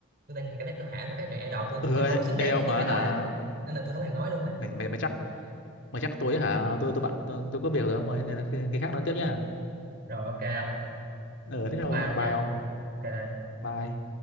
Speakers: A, on the right; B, on the left.
A: tôi đang cái nét tôi hạ thấp cái idol tôi
B: ừ,
A: tôi không
B: ê,
A: có xứng đáng
B: ê ông
A: để tôi
B: mà
A: phải nói
B: hả
A: á. nên là tôi không thèm nói luôn ấy
B: mày mày mày chắc mày chắc tối hả tôi tôi bận tôi, tôi có việc rồi ông ơi nên là khi, khi khác nói tiếp nha
A: rồi ok không?
B: ờ thế rồi
A: ba
B: nha
A: ông nha
B: bye ông
A: ok
B: bye